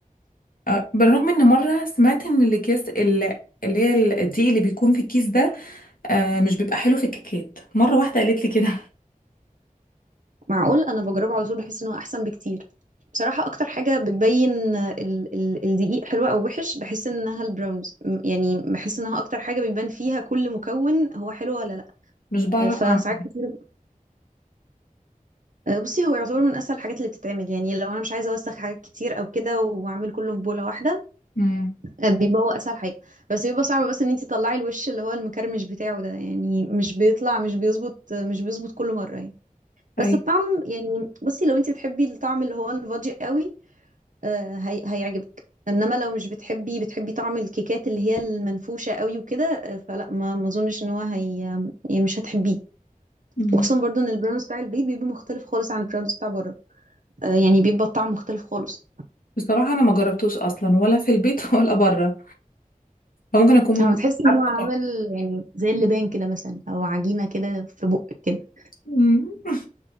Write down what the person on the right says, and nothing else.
معقول انا بجربه على طول بحس ان هو احسن بكتير بصراحه اكتر حاجه بتبين ال ال الدقيق حلوه او وحش بحس انها البراونز م- يعني بحس انها اكتر حاجه بيبان فيها كل مكون هو حلو ولا لا
آه، فساعات
كتير آه، بصي هو يعتبر من اسهل الحاجات اللي بتتعمل يعني لو انا مش عايزه اوسخ حاجات كتير او كده واعمل كله في بوله واحده
آه، بيبقى هو اسهل حاجه بس بيبقى صعب بس ان انت تطلعي الوش اللي هو المكرمش بتاعه ده يعني مش بيطلع مش بيظبط مش بيظبط كل مره يعني بس
الطعم يعني بصي لو انت بتحبي الطعم اللي هو الفادي قوي آه، هي... هيعجبك انما لو مش بتحبي بتحبي طعم الكيكات اللي هي المنفوشه قوي وكده آه، فلا ما ما اظنش ان هو هي يعني مش هتحبيه
وخصوصا برضو ان البراون بتاع البيت بيبقى مختلف خالص عن البراون بتاع بره آه، يعني بيبقى الطعم مختلف خالص
هو بتحسي ان
هو عامل يعني زي اللبان كده مثلا او عجينه كده في بقك كده